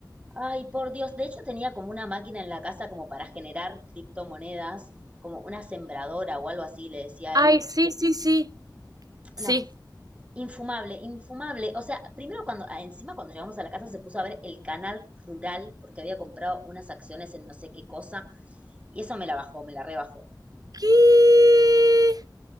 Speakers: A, on the right (about 15°); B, on the right (about 55°).
A: Ay, por Dios, de hecho tenía como una máquina en la casa como para generar criptomonedas, como una sembradora o algo así, le decía a
B: Ay,
A: él.
B: sí, sí, sí. Sí.
A: No, infumable, infumable. O sea, primero cuando, ah, encima cuando llegamos a la casa se puso a ver el canal rural porque había comprado unas acciones en no sé qué cosa y eso me la bajó, me la rebajó.
B: ¿Qué?